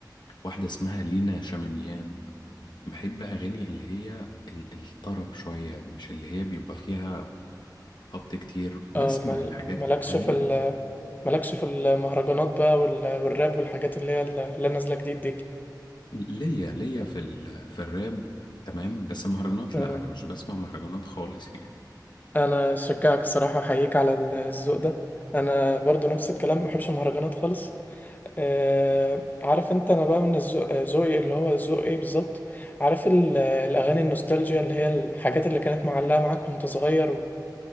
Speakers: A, on the left (about 80°); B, on the left (about 25°).
A: واحده اسمها لينا شاميميان بحب اغاني اللي هي ال- الطرب شويه مش اللي هي بيبقى فيها خبط كتير بسمع
B: اه مال-
A: الحاجات
B: مالكش
A: التانية
B: في ال- مالكش في المهرجانات بقى وال- والراب والحاجات اللي هي اللي نازله جديد دي
A: ليا ليا في ال... في الراب تمام بس مهرجانات
B: اه
A: لا انا مش بسمع مهرجانات خالص يعني
B: انا اشجعك الصراحه احييك على الذوق ده انا برضو نفس الكلام ما بحبش المهرجانات خالص اه عارف انت انا بقى من الذوق- ذوقي اللي هو ذوق ايه بالظبط عارف ال- الاغاني النوستالجيا اللي هي الحاجات اللي كانت معلقه معاك وانت صغير